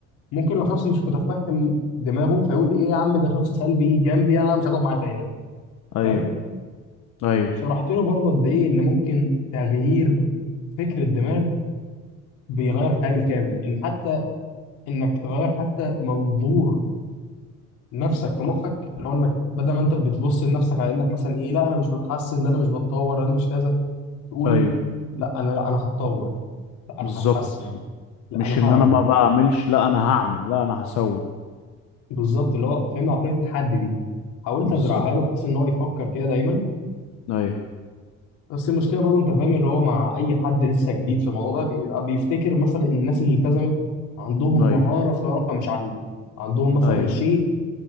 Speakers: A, on the left; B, on the left.
A: ممكن لو شخص مش متفهم دماغه فيقول ايه يا عم ده شخص سلبي جنبي انا مش هقعد معاه تاني
B: ايوه
A: فاهم
B: ايوه
A: شرحت له برضه قد ايه ان ممكن تغيير فكر الدماغ بيغير الحياه بالكامل ان حتى انك تغير حتى منظور نفسك في مخك اللي هو انك بدل ما انت بتبص لنفسك على انك مثلا ايه لا انا مش بتحسن لا انا مش بتطور لا انا مش كذا تقول
B: ايوه
A: لا انا لا انا هتطور لا انا
B: بالظبط
A: هتحسن لا
B: مش
A: انا
B: ان
A: هعمل
B: انا ما بعملش لا انا هعمل لا انا هسوي
A: بالظبط اللي هو فهمنا عقليه التحدي دي حاولت
B: بالظبط
A: ازرعها له بحيث ان هو يفكر كده دايما
B: ايوه
A: بس المشكله برضو انت فاهم ان هو مع اي حد لسه جديد في الموضوع ده بيبقى بيفتكر مثلا الناس اللي التزمت عندهم
B: ايوه
A: مهاره خارقه مش عنده عندهم مثلا
B: ايوه
A: شيء